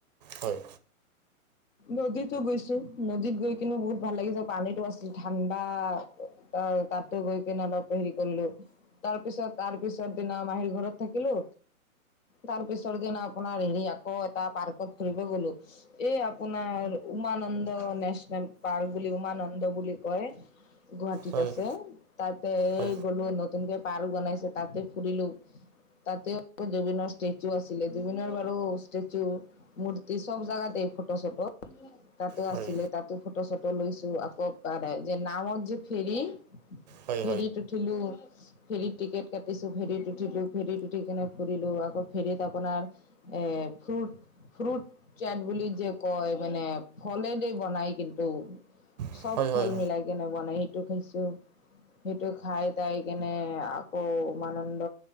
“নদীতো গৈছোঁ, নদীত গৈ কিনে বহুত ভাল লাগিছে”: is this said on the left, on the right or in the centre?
Left